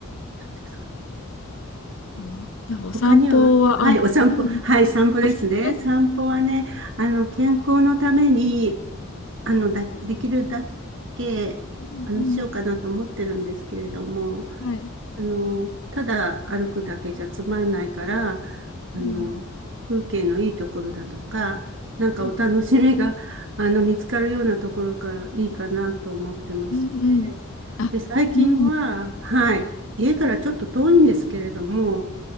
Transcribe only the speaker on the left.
あ、でもお散歩は、
あ、
うん。
あ、そうです
いいです
ね。
うん、
うん。はい。
うん。
うん。
はい。うん、うん。あ、
うん。